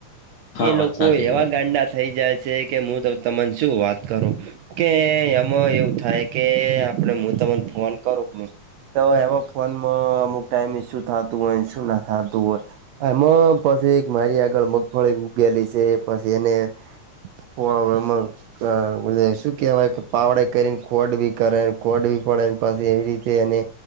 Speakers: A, on the left; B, on the right.
A: હા
B: એ
A: વાત
B: લોકો
A: સાચી
B: એવા ગાંડા થઈ જાય છે કે હું તમને શું વાત કરું કે એમાં એવું થાય કે આપણે હું તમને ફોન કરું તો એમાં ફોનમાં અમુક ટાઈમ ઈસ્યુ થતું હો ઈસ્યુ ના થતું હોય એમાં પછી એક મારી આગળ મગફળી એવું. પછી એનેમાં હ શું કેવાય કે પાવડે કરીને ખોડ બી કરેને ખોડ બી પડેને પછી એવી રીતે એને